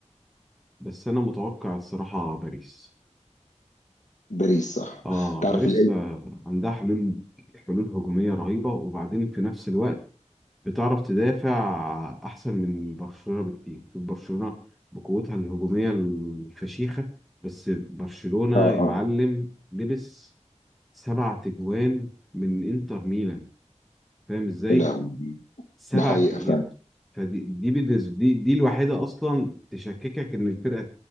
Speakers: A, in the centre; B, on the left.
A: بس انا متوقع الصراحه باريس
B: باريس صح
A: اه
B: تعرف
A: باريس
B: ال
A: آه، عندها حلول حلول هجوميه رهيبه وبعدين في نفس الوقت بتعرف تدافع احسن من برشلونه بكتير شوف برشلونه بقوتها الهجوميه الفشيخه بس برشلونه
B: اه
A: يا معلم
B: اه
A: لبس سبع تجوان من انتر ميلان فاهم ازاي
B: يا لهوي
A: سبعة
B: ده حقيقة
A: يعني
B: فعلا
A: فدي دي بالنسبة دي دي الوحيدة أصلا تشككك إن الفرقة